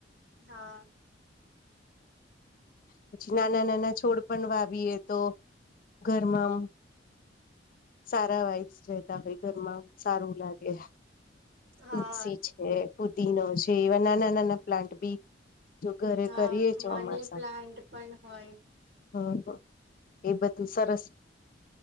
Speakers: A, on the right (about 65°); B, on the left (about 50°).
A: હા.
B: પછી નાના નાના છોડ પણ વાવીએ તો ઘરમાં, સારા વાઇપ્સ રેતા હોય. ઘરમાં સારું લાગે,
A: હા
B: તુલસી છે. પુદીનો છે, એવા નાના નાના પ્લાન્ટ બી જો ઘરે
A: હા
B: કરીએ, ચોમાસા
A: મની પ્લાન્ટ પણ હોય.
B: હમ્મ હ, એ બધું સરસ,